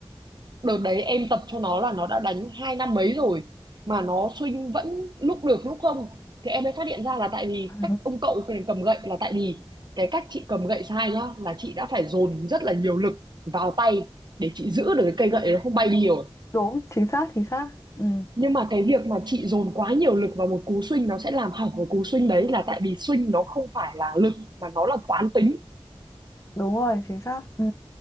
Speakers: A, on the right; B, on the left.
A: đợt đấy em tập cho nó là nó đã đánh hai năm mấy rồi mà nó swing vẫn lúc được lúc không thì em mới phát hiện ra là tại vì
B: <laughs>
A: cách ông cậu cái này cầm gậy là tại vì cái cách chị cầm gậy sai nhá là chị đã phải dồn rất là nhiều lực vào tay để chị giữ được cái cây gậy nó không bay đi rồi
B: đúng chính xác chính xác ừ
A: nhưng mà cái việc mà chị dồn quá nhiều lực vào một cú swing nó sẽ làm hỏng cái cú swing đấy là tại vì swing nó không phải là lực mà nó là quán tính.
B: đúng rồi chính xác ừ